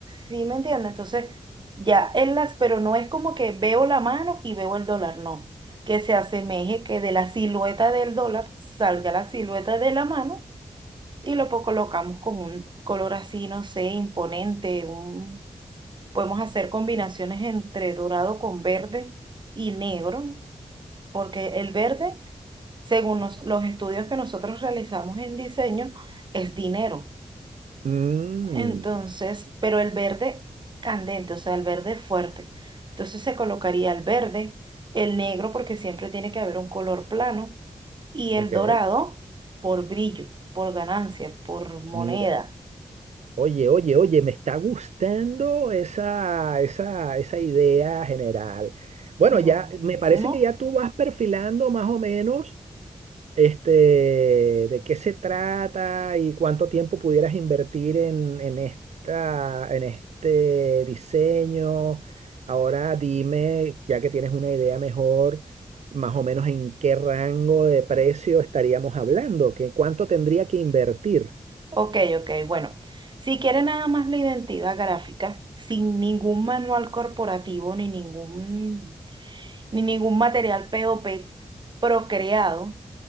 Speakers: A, on the right (about 40°); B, on the right (about 75°).
A: ¿Sí me entiende? Entonces, ya él las, pero no es como que veo la mano y veo el dólar, no. Que se asemeje que de la silueta del dólar salga la silueta de la mano y lo po- colocamos con un color así, no sé, imponente, un Podemos hacer combinaciones entre dorado con verde y negro, porque el verde, según nos- los estudios que nosotros realizamos en diseño, es dinero.
B: Mm,
A: Entonces, pero el verde candente, o sea, el verde fuerte. Entonces se colocaría el verde, el negro, porque siempre tiene que haber un color plano, y el
B: ok,
A: dorado por brillo, por ganancia, por moneda.
B: mira. Oye, oye, oye, me está gustando esa, esa, esa idea general. Bueno,
A: No,
B: ya
A: buenísimo.
B: me parece que ya tú vas perfilando más o menos este, de qué se trata y cuánto tiempo pudieras invertir en, en esta, en este diseño. Ahora dime, ya que tienes una idea mejor, más o menos en qué rango de precio estaríamos hablando, que cuánto tendría que invertir.
A: Ok, ok, bueno. Si quiere nada más la identidad gráfica, sin ningún manual corporativo ni ningún, ni ningún material POP procreado,